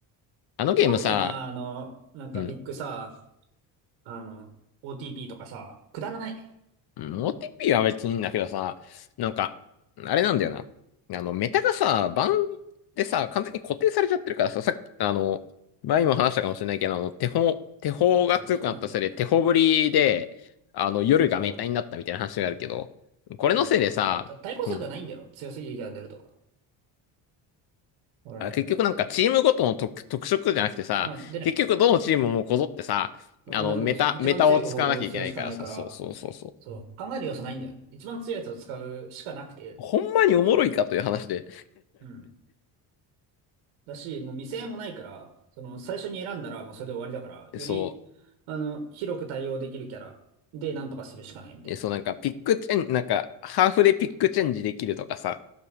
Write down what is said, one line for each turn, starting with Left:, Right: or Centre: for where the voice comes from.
Left: あのゲームさ、
Right: キモいんだよな、あの、なんかピックさ、
Left: うん
Right: あの、OTP とかさ、くだらない。
Left: うん OTP は別にいいんだけどさ、なんか、あれなんだよな。あの、メタがさ、バンでさ、完全に固定されちゃってるからさ、さっき、あの、前にも話したかもしれないけど、あの、手法、手法が強くなったせいで、
Right: そう、そうなんだよね。
Left: 手法ぶりで、あの、夜がメタになったみたいな話があるけど、
Right: そう。
Left: これのせいでさ、
Right: いやそう、それさ、た対抗策がないんだよ。
Left: うん。
Right: 強すぎる敵が出ると。俺、
Left: あ、結局なんかチームごとの特、
Right: そう。
Left: 特色じゃなくてさ、
Right: まあ、出ない。
Left: 結局どのチームもこぞってさ、
Right: 同じことする。
Left: あの、メタ、
Right: 一番強い方法をするしかないから、
Left: メタを使わなきゃいけないからさ、そうそうそうそう。
Right: そう。考える要素ないんだよね。一番強いやつを使うしかなくて。
Left: ほんまにおもろいかという話で。
Right: うん。だし、もう未成もないから、その、最初に選んだらもうそれで終わりだから、
Left: <laughs>
Right: より、
Left: そう。
Right: あの、広く対応できるキャラでなんとかするしかないみたいな。
Left: で、そうなんかピックチェン、なんかハーフでピックチェンジできるとかさ、
Right: う